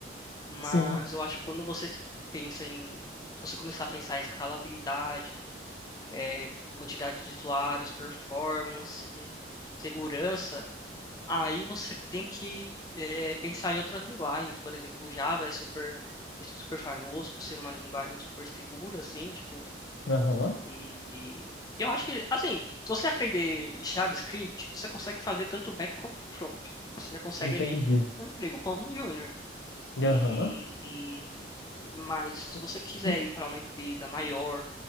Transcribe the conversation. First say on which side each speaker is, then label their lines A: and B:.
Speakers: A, on the left (about 20°); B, on the left (about 75°).
A: Mas
B: Sim.
A: eu acho que quando você se pensa em, se você começar a pensar em escalabilidade, eh, quantidade de usuários, performance, segurança, aí você tem que eh, pensar em outras linguagens. Por exemplo, o Java é super, é super famoso por ser uma linguagem super segura, assim, tipo,
B: Aham.
A: e eu acho que, assim, se você aprender JavaScript, você consegue fazer tanto back quanto front. Você já consegue
B: Entendi.
A: ali um emprego como júnior. E,
B: Aham.
A: e- mas se
B: E-
A: você quiser
B: e-
A: ir para uma empresa maior,